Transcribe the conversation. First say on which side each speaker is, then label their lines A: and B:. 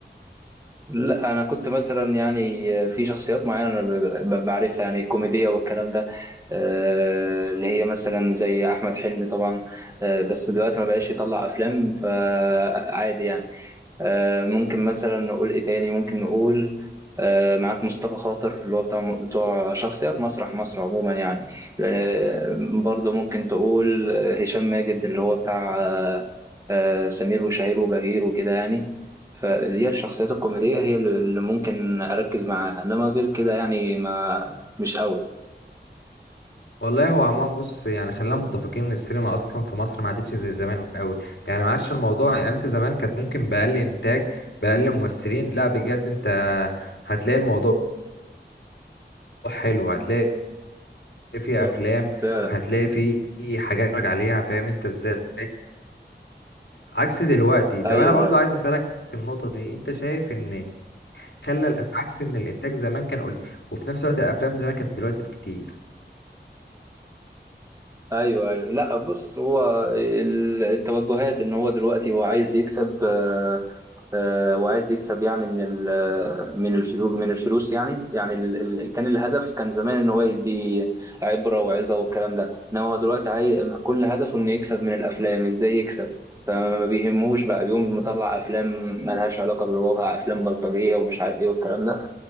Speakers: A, on the right (about 15°); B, on the left (about 75°).
A: لا انا كنت مثلا يعني في شخصيات معينه انا ب- ب- بعرفها يعني الكوميديه والكلام ده آه، اللي هي مثلا زي احمد حلمي طبعا آه، بس دلوقتي ما بقاش يطلع افلام فعادي يعني آه، ممكن مثلا نقول ايه تاني ممكن نقول آه، معاك مصطفى خاطر اللي هو بتاع بتوع شخصيات مسرح مصر عموما يعني آه، برضه ممكن تقول آه، هشام ماجد اللي هو بتاع آه، آه، سمير وشهير وبهير وكده يعني فهي الشخصيات الكوميدية هي اللي اللي ممكن أركز معاها إنما غير كده يعني ما مش أوي
B: والله هو عموما بص يعني خلينا متفقين ان السينما اصلا في مصر ما عادتش زي زمان قوي يعني ما عادش الموضوع يعني انت زمان كانت ممكن باقل انتاج باقل ممثلين لا بجد انت هتلاقي الموضوع حلو هتلاقي فيه
A: بالظبط،
B: افلام
A: فعلا
B: هتلاقي فيه حاجات تتفرج عليها فاهم انت ازاي عكس دلوقتي طب
A: أيوه
B: انا برضو عايز اسالك في النقطه دي انت شايف ان خلى الأ- عكس ان الانتاج زمان كان قليل وفي نفس الوقت الافلام زمان كانت دلوقتي بكتير
A: ايوه ايوه لا بص هو ال- التوجهات ان هو دلوقتي هو عايز يكسب آه، آه، وعايز يكسب يعني من ال- من الفلوس من الفلوس يعني يعني ال- ال- كان الهدف كان زمان ان هو يدي عبره وعظه والكلام ده انما هو دلوقتي عايز كل هدفه انه يكسب من الافلام ازاي يكسب فما بيهمهوش بقى بيقوم مطلع افلام ملهاش علاقه بالواقع افلام بلطجيه ومش عارف ايه والكلام ده